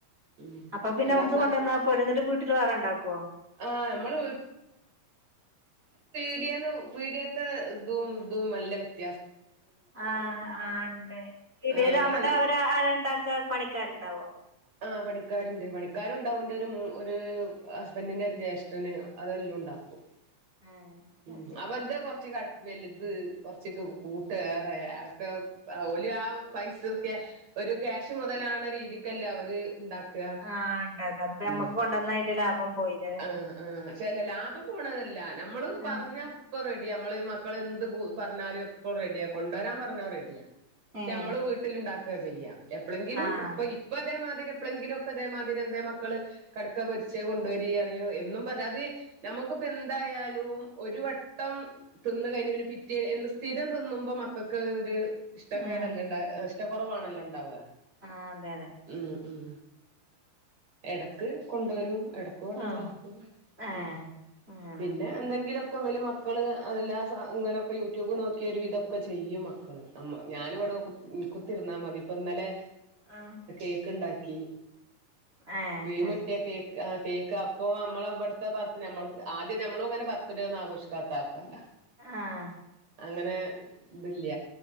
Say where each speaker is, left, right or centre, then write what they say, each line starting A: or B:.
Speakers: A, on the right (about 45°); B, on the right (about 15°).
A: ഉം
B: അപപ്പോ പിന്നെ
A: എല്ലാ
B: അവിടുന്ന്
A: സ
B: കൊണ്ടുവന്നാ പോരേ എന്നിട്ട് വീട്ടില് വേറെണ്ടാക്കുവോ?
A: ആഹ് നമ്മള് ടിയേന്നും പീടിയേന്നും <unintelligible>
B: ആഹ് ആ ണ്ട് ഇതില്
A: ആഹ്
B: അവ്ടെ
A: നല്ല
B: അവര് ആരാണ്ടാ ക്ക പണിക്കാര്ണ്ടാവോ
A: ആ പണിക്കാര്ണ്ട് പണി ക്കാരുണ്ടാവും ന്റെരു മൂ ഒരു ഹസ്ബന്റിന്റെറരു ജേഷ്ഠന് അതെല്ലുണ്ടാക്കും
B: ആഹ്
A: ഉം
B: അത് ശരി
A: അവര്തെ കൊറച്ച് ക വെല്ത് കൊറ്ച്ചക്കെ കൂട്ടേറെ ഒക്കെ ആ ഓല് വേവ് പൈസൊക്കെ ഒരു ക്യാഷ് മുതലാണ രീതിക്കല്ല അവര് <unintelligible> ഇണ്ടാക്ക
B: ആഹ് ഉണ്ടാക്കാം അതിപ്പോ നമ്മക്ക്
A: ഉം
B: കൊണ്ടുവന്നാ അതിന്റെ ലാഭം പോയില്ലേ
A: ആ ആ ക്ഷേ ല്ല ലാഭം പോണതല്ല നമ്മള് പറ്ഞ്ഞ
B: ഏഹ്
A: ഇപ്പ റെഡിയാ അമ്മള് മ ക്കള് എന്ത്പ്പൂ പറഞ്ഞാല് ഇപ്പോൾ റെഡിയാ കൊണ്ടോരാൻ പറഞ്ഞാ റെഡിയാ ക്ഷെ
B: ഏഹ്
A: നമ്മള് വീട്ടില്ണ്ടാ ക്കെ ചെയ്യാ എപ്പളങ്കിലും
B: ആഹ്
A: ഇപ്പ ഇപ്പത് തേമാതിരി എപ്പളങ്കിലും ഒക്കെ തേമാതിരി എന്തേ മക്കള് കട്ക്കപൊരിച്ചെ കൊണ്ടരീ അറിയും എന്നും പരാതി നമ്മക്ക്പ്പന്തായാലും ഒരു വട്ടം തിന്ന് കഴിഞ്ഞതിന് പിറ്റേ എന്ന് സ്ഥിരം തിന്നുമ്പോ മക്കക്കോര് ഇഷ്ടക്കേടല്ലെ
B: ഉം
A: ഇണ്ടാ ഏ ഷ് റ്റ കൊറവാണല്ലോ ഇണ്ടാവാ
B: ആഹ് അതെ അതെ
A: ഉം ഉം എടക്ക് കൊണ്ടോരും എടക്ക്വ്ടെ
B: ആഹ്
A: ഇണ്ടാക്കും
B: ഏഹ്
A: ഉം
B: അങ്ങനെ
A: പിന്നെ എന്തെങ്കിലൊ <unintelligible> മക്കള് അതെല്ലാ സാ ഇങ്ങനൊക്കെ യൂട്യൂബ് നോക്കി ഒരുവിധൊക്കെ ചെയ്യും മക്കള് അമ്മ ഞാന്വ്ടെ കു കുത്തിര്ന്നാൽ മതി ഇപ്പന്നലെ
B: ആ
A: കേക്ക് ഇണ്ടാക്കി
B: ഏഹ്
A: ക്രീമ്ട്ടിയാ
B: അത് ശരി
A: കേക്ക് ആ കേ ക്കപ്പൊ മ്മളെ ഇവിട്ത്തെ ബർത്ത് നമ്മള്ത് ആദ്യം നമ്മളുങ്ങനെ ബർത്ത്ഡേ ഒന്നും ആഘോഷിക്കാത്ത ആള പല
B: ആഹ്
A: അങ്ങനെതില്ല